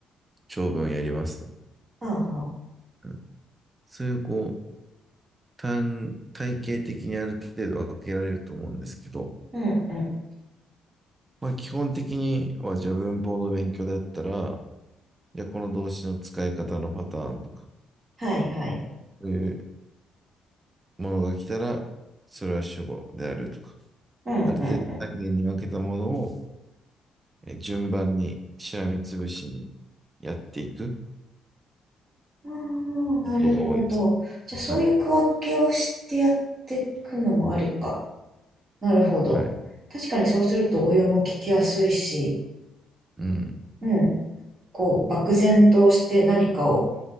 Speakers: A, on the right; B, on the right.
A: 長文やりますとか、
B: あは。
A: うんそういうこう、単、体系的にある程度分けられると思うんですけど、
B: うんうん。
A: まあ基本的にはじゃあ文法の勉強だったら、じゃあこの動詞の使い方のパターンとか、
B: はいはい。
A: そういうものが来たら、それは主語であるとか、
B: うんうんうん。
A: ある程度単元に分けたものを順番にしらみつぶしにやっていく
B: ああ、なるほど。
A: ことが多いです。
B: じゃあ、そういう区分けをしてやっていくのもありか。
A: はい。
B: なるほど。
A: はい。
B: 確かにそうすると応用も聞きやすいし、
A: うん。
B: うん。こう、漠然として何かを